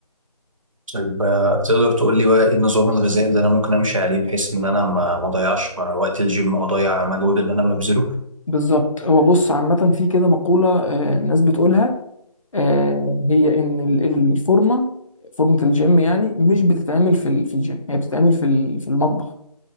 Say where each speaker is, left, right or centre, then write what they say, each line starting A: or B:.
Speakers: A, on the right (about 55°); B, on the left (about 55°).
A: طيب آه، تقدر تقول لي بقى إيه النظام الغذائي اللي أنا ممكن أمشي عليه بحيث إن أنا ما ما أضيعش وقت الجيم وأضيع المجهود اللي أنا ببذله؟
B: بالظبط هو بص عامه في كده مقوله آه، الناس بتقولها آه، هي ان ال- ال- الفورمه فورمه الجيم يعني مش بتتعمل في ال- في الجيم هي بتتعمل في ال- في المطبخ